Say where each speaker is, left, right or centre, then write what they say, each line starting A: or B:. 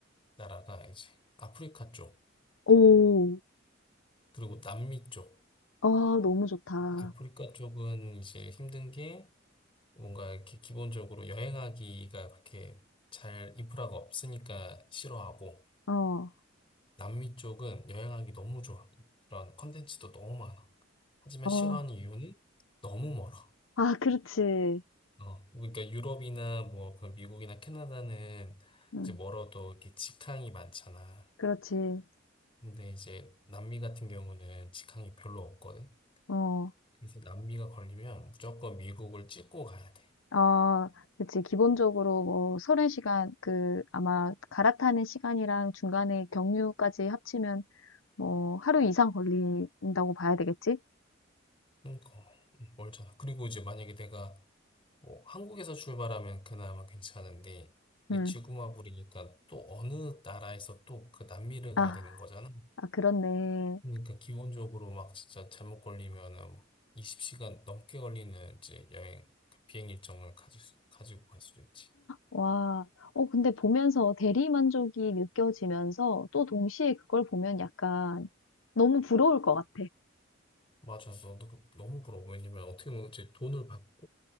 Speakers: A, on the left; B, on the left.
A: 나라가 이제 아프리카 쪽,
B: 오.
A: 그리고 남미 쪽.
B: 아, 너무 좋다.
A: 아프리카 쪽은 이제 힘든 게 뭔가 이렇게 기본적으로 여행하기가 그렇게 잘 인프라가 없으니까 싫어하고,
B: 어.
A: 남미 쪽은 여행하기 너무 좋아. 그런 컨텐츠도 너무 많아. 하지만
B: 어.
A: 싫어하는 이유는 너무 멀어.
B: 아, 그렇지.
A: 어, 그러니까 유럽이나 뭐 그런 미국이나 캐나다는
B: 음,
A: 이제 멀어도 이렇게 직항이 많잖아.
B: 그렇지.
A: 근데 이제 남미 같은 경우는 직항이 별로 없거든.
B: 어.
A: 그래서 남미가 걸리면 무조건 미국을 찍고 가야 돼.
B: 아, 그렇지. 기본적으로 뭐 서른 시간 그 아마 갈아타는 시간이랑 중간에 경유까지 합치면 뭐 하루 이상 걸린다고 봐야 되겠지?
A: 그러니까 음, 멀잖아. 그리고 이제 만약에 내가 뭐 한국에서 출발하면 그나마 괜찮은데 이
B: 음.
A: 지구마블이니까 또 어느 나라에서 또 그 남미를 가야
B: 아,
A: 되는 거잖아.
B: 아, 그렇네.
A: 그러니까 기본적으로 막 진짜 잘못 걸리면은 뭐 20시간 넘게 걸리는 이제 여행 비행 일정을 가지, 가지고 갈 수도 있지.
B: 와, 어, 근데 보면서 대리 만족이 느껴지면서 또 동시에 그걸 보면 약간 너무 부러울 것 같아.
A: 맞아, 너, 너 너무 부러워. 왜냐면 어떻게 보면 이제 돈을 받고